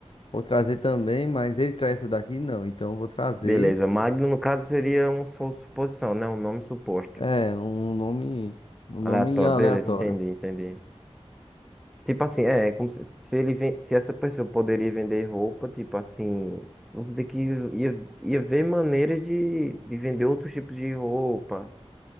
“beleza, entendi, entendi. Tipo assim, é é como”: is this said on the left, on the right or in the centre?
Centre